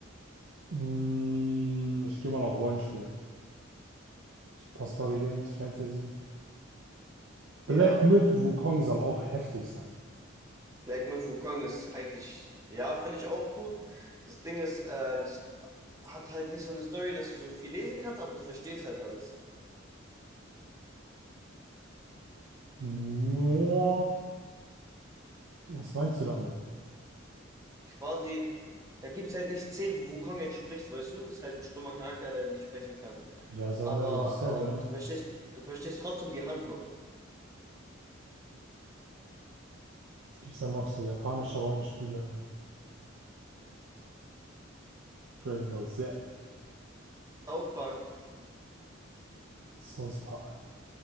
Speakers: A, on the right (about 70°); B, on the right (about 15°).
A: Mm, ich gehe mal auf Rollenspiel. So ein paar Story Games, Fantasy. Black
B: ja,
A: Myth Wukong soll auch heftig sein.
B: Black Myth Wukong ist eigentlich, ja, finde ich auch gut. Das Ding ist, ähm, hat halt nicht so eine Story, dass du so viel lesen kannst, aber du verstehst halt alles.
A: Nja. Was meinst du damit?
B: Quasi, da gibt's halt nicht zehn, wo Wukong jetzt spricht, weißt du? Ist halt ein stummer Charakter, der nicht sprechen kann.
A: Ja, ist aber
B: Aber
A: mehr so die Story, ne?
B: ähm, du verstehst, du verstehst trotzdem die Handlung.
A: Es gibt ja noch so japanische Rollenspiele. Dragon Ball Z,
B: South Park,
A: South Park.